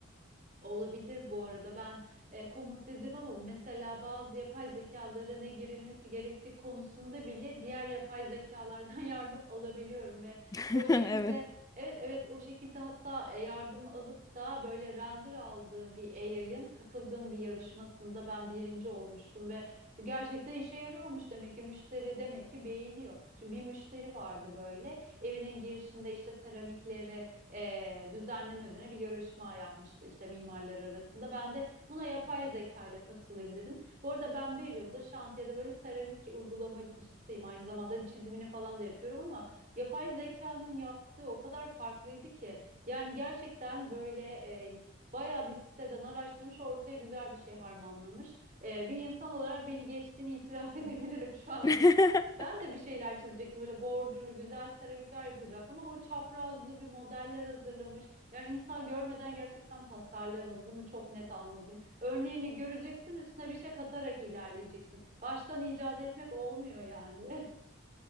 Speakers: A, on the right; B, on the left.
A: Olabilir bu arada ben e, komut dedim ama mesela bazı yapay zekalara ne girilmesi gerektiği konusunda bile diğer yapay zekalardan <laughs> yardım alabiliyorum ve
B: <laughs>
A: o şekilde
B: Evet.
A: evet evet o şekilde hatta e, yardım alıp da böyle render aldığım bir AI'ın katıldığım bir yarışmasında ben birinci olmuştum ve gerçekten işe yarıyormuş demek ki müşteri demek ki beğeniyor. Şimdi bir müşteri vardı böyle evinin girişinde işte seramikleri e, düzenleme üzerine bir yarışma yapmıştı işte mimarlar arasında. Ben de buna yapay zeka ile katılayım dedim. Bu arada ben bir yıldır şantiyede böyle seramik uygulamacısıyım. Aynı zamanda çizimini falan da yapıyorum ama yapay zekanın yaptığı o kadar farklıydı ki. Yani gerçekten böyle e, bayağı bir siteden araştırmış ortaya güzel bir şey harmanlamış. E, bir insan olarak beni geçtiğini itiraf <laughs> edebilirim şu anda.
B: <laughs>
A: Ben de bir şeyler çizecektim. Böyle bordürlü güzel seramikler yapacaktım ama o çaprazlı bir modeller hazırlamış. Yani insan görmeden gerçekten tasarlayamaz. Bunu çok net anladım. Örneğini göreceksin, üstüne bir şey katarak ilerleyeceksin. Baştan icat etmek olmuyor yani. <laughs>